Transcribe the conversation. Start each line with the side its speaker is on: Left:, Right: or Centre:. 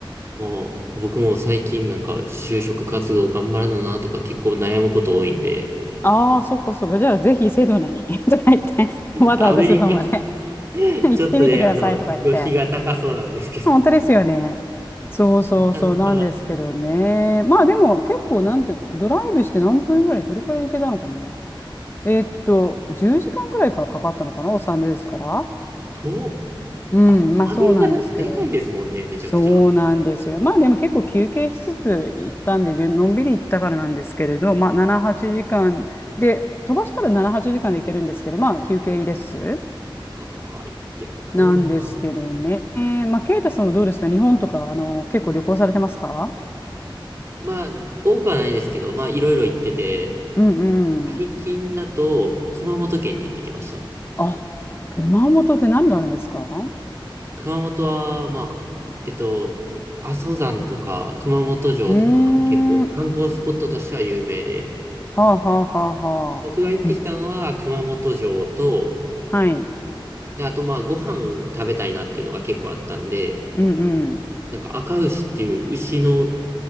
Right: もう、僕も最近なんか、就職活動頑張らななとか結構悩むこと多いんで、
Left: ああ、そっかそっか。じゃあ、ぜひセドナに <laughs> とか言って、わざわざセドナまで
Right: アメリカ、
Left: <laughs>
Right: ちょっとね、
Left: 行ってみてくださいとか言って。
Right: あの、旅費が高そうなんですけど、
Left: 本当ですよね。そうそうそうなんですけどね。
Right: なかなか、
Left: まあでも結構なんていうか、ドライブして何分ぐらい、どれくらい行けたのかな。えーっと、10時間ぐらいからかかったのかな、お産ですから。
Right: 遠、
Left: うん、
Right: あ、
Left: まあそうなんですけど。
Right: アメリカだってでかいですもんね、めちゃくちゃ。
Left: そうなんですよ。
Right: あ
Left: まあでも結構休憩しつつ行ったんで、ゆのんびり行ったからなんですけれど、まあ7、8時間で、飛ばしたら7、8時間で行けるんですけど、まあ休憩です。
Right: あ、でも遠いな。
Left: なんですけどね。まあ、ケイタさんはどうですか日本とか、あの、結構旅行されてますか
Right: まあ、多くはないですけど、まあ、いろいろ行ってて、
Left: うん
Right: 最近だと、
Left: うん。
Right: 熊本県に行ってきました。
Left: あ、熊本って何があるんですか
Right: 熊本は、まあ、えっと、阿蘇山とか、熊本城とかが結構観光スポットとしては有名で、
Left: うーん。はあはあはあはあ。
Right: 僕が行ってきたのは熊本城と、
Left: へはい。
Right: で、あとまあ、ご飯食べたいなっていうのが結構あったんで、
Left: うんうん。
Right: なんか赤牛っていう牛の